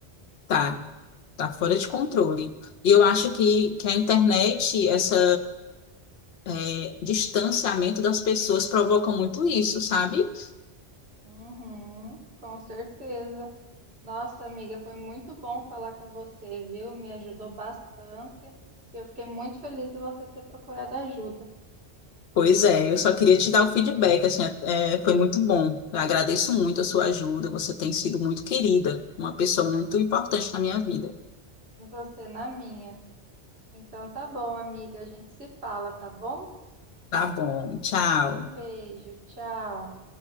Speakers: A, on the left (about 70°); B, on the right (about 75°).
A: Tá, tá fora de controle. E eu acho que, que a internet, essa é, distanciamento das pessoas provoca muito isso, sabe?
B: Uhum, com certeza. Nossa, amiga, foi muito bom falar com você, viu? Me ajudou bastante e eu fiquei muito feliz de você ter procurado ajuda,
A: Pois é, eu só queria te dar o feedback, assim, é, foi muito bom. Eu agradeço muito a sua ajuda, você tem sido muito querida, uma pessoa muito importante na minha vida.
B: e você na minha. Então tá bom, amiga, a gente se fala, tá bom?
A: Tá bom, tchau.
B: Um beijo, tchau.